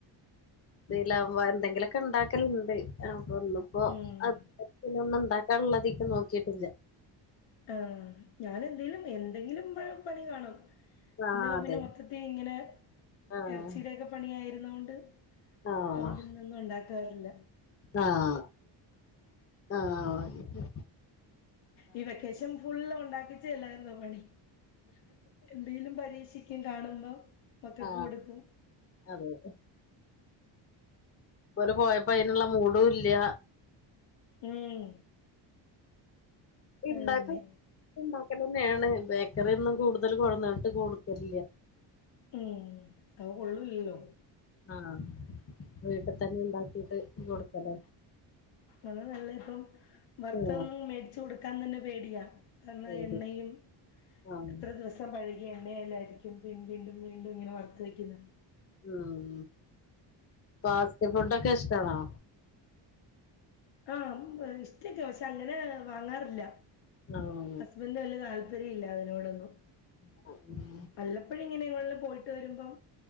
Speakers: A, on the left (about 30°); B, on the left (about 70°).
A: തിലാകുമ്പോ അഹ്‌ എന്തെങ്കിലുക്കെ ഇണ്ടാക്കലുണ്ട് അപ്പോ ഇന്നും അപ്പൊ
B: ഉം.
A: അ പിന്നെ ഒന്നും ഇണ്ടാക്കാനുള്ളതിക്കു നോക്കിയിട്ടില്ല
B: ആഹ് ഞാൻ എന്തേലും എന്തെങ്കിലും പെ പണി കാണും
A: ആഹ്
B: ഇന്ന്
A: അതെ
B: പിന്നെ മൊത്തത്തി ഇങ്ങനെ
A: ആഹ്
B: ഇറച്ചിയുടോക്കെ പണിയായിരുന്ന കൊണ്ട്
A: ആഹ്
B: അതോണ്ട് ഇന്നൊന്നും ഇണ്ടാക്കാറില്ല
A: ആഹ് ആഹ് ഓ അങ്ങനെ
B: ഈ വെക്കേഷൻ ഫുൾ ഉണ്ടാക്കിച്ചേല്ലായിരുന്നോ പണി എന്തേലും പരീക്ഷിക്കും കാണുമ്പോ മക്കൾക്ക്
A: ആഹ്
B: കൊടുക്കും
A: അതെ പ്പ ഓൽ പോയപ്പോ അയിനുള്ള മൂഡും ഇല്ല
B: ഉം
A: ഇണ്ടാക്കും
B: അതന്നെ
A: ഇണ്ടാക്കലന്നെണ് ബേക്കറിയൊന്നും കൂടുതൽ കൊടുന്നിട്ട് കൊടുക്കലില്ല
B: ഉം അത് കൊള്ളൂലല്ലോ
A: ആഹ് വീട്ടിൽ തന്നെ ഇണ്ടാക്കിട്ട് കൊടുക്കല
B: അത നല്ല ഇപ്പം വറുത്തതോന്നും
A: ആഹ്
B: മേടിച്ചു കൊടുക്കാൻ തന്നെ പേടിയാ കാരണം
A: ശരി
B: എണ്ണയും
A: ആഹ്
B: എത്ര ദിവസം പഴകിയ എണ്ണയല്ലാ <unintelligible> വീണ്ടും വീണ്ടും ഇങ്ങനെ വർത്ത് വെക്കുന്ന
A: ഉം ഫാസ്റ്റ് ഫുഡൊക്കെ ഇഷ്ടാണോ
B: ആഹ് ഇഷ്ടം ചെയ്ച്ച അങ്ങനെ വാങ്ങാറില്ല
A: ആഹ്
B: ഹസ്ബന്റിന് വല്ല്യാ താല്പര്യല്ല അതിനോടൊന്നും
A: <inaudible>
B: വല്ലപ്പോഴും ഇങ്ങനെ എങ്ങടേലും പോയിട്ട് വരുമ്പം